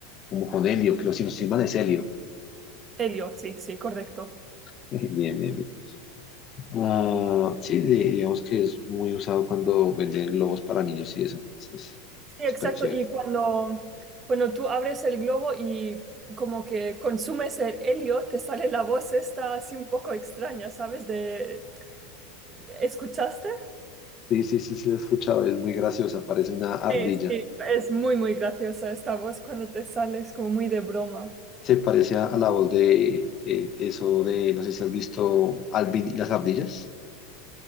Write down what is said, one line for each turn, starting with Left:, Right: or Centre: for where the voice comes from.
Left: como con helio, creo si no estoy mal es helio.
Right: Helio, sí, sí, correcto.
Left: <laughs> Bien, bien, bien. Ah, sí, de- digamos que es muy usado cuando venden globos para niños y eso, entonces,
Right: Sí,
Left: súper
Right: exacto.
Left: chévere.
Right: Y cuando, cuando tú abres el globo y como que consumes el helio, te sale la voz esta así un poco extraña, ¿sabes? De... ¿Escuchaste?
Left: Sí, sí, sí, sí, lo he escuchado, es muy graciosa, parece una ardilla.
Right: Sí, sí. Es muy, muy graciosa esta voz cuando te sale, es como muy de broma.
Left: Se parece a, a la voz de eh, eso de, no sé si has visto Alvin y las ardillas.